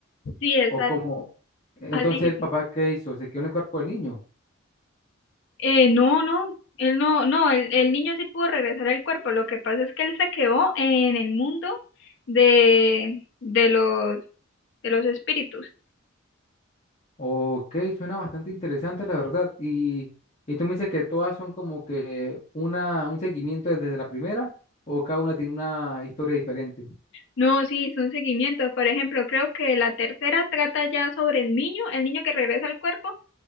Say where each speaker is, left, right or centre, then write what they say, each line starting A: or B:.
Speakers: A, on the left; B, on the left.
A: Sí, es
B: O
A: a-
B: como, entonces
A: así.
B: el
A: mismo.
B: papá, ¿qué hizo? ¿Se quedó en el cuerpo del niño?
A: Eh, no, no. Él no, no, el, el niño sí pudo regresar al cuerpo. Lo que pasa es que él se quedó en el mundo de, de los, de los espíritus.
B: Ok, suena bastante interesante, la verdad. Y, y tú me dices que todas son como que una, un seguimiento desde la primera, o cada una tiene una historia diferente.
A: No, sí, son seguimientos. Por ejemplo, creo que la tercera trata ya sobre el niño, el niño que regresa al cuerpo,